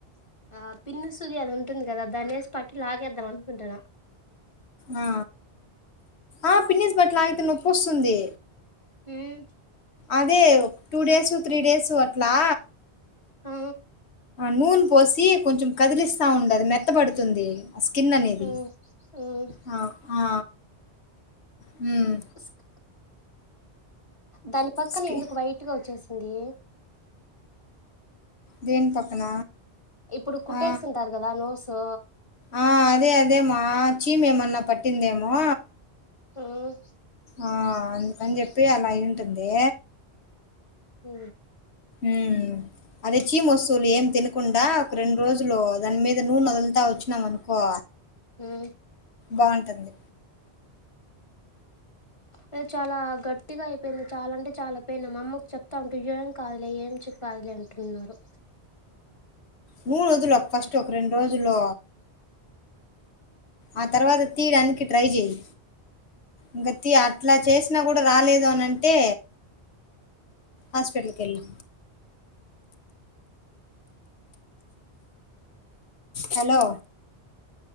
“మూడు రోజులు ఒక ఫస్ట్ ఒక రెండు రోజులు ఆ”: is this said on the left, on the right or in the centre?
Left